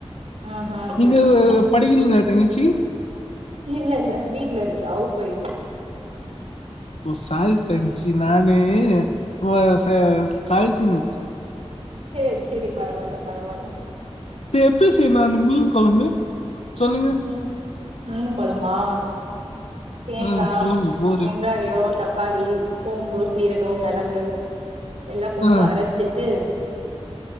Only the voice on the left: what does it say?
நீங்க
படிக்கிறீங்ளா தங்கச்சி
ஓ சாரி தங்கச்சி நானு வ ச காளேச்சி நென்ச்ச
சேரி எப்பி செய்னு அந்த மீன் கொழம்பு சொல்லுங்க
ஆ சொல்லுங்க போரு
ஆ